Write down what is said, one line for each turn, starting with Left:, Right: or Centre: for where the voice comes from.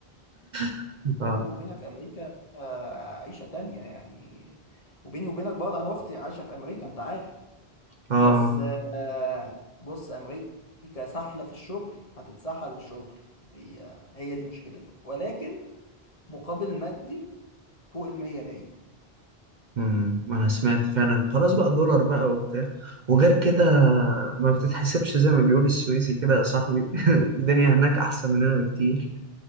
Right: <laughs>
Left: وبيني
Right: اه
Left: وبينك امريكا آه، عيشه تانية يعني وبيني وبينك برضه انا اختي عايشه في امريكا انت عارف
Right: اه
Left: بس آه، بص امريكا سحله في الشغل هتتسحل شغل هي هي دي مشكلتها ولكن مقابل مادي فوق المية مية
Right: مم، ما انا سمعت فعلا خلاص بقى دولار بقى وبتاع وغير كده ما بتتحسبش زي ما بيقول السويسي كده يا صاحبي <laughs> الدنيا هناك احسن مننا بكتير